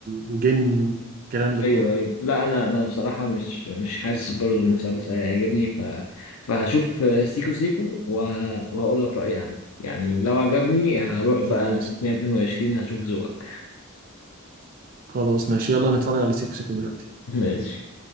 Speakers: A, on the right (about 40°); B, on the left (about 75°).
A: وجن والكلام ده
B: ايوه
A: كله
B: ايوه لا انا انا بصراحه مش مش حاسس برضه المسلسل هيعجبني ف فهشوف سيكو سيكو وه... وهقول لك رايي عنه يعني لو عجبني هروح بقى
A: خلاص
B: اشوف 122 هشوف ذوقك
A: خلاص ماشي يلا نتفرج على سيكو سيكو دلوقتي
B: ماشي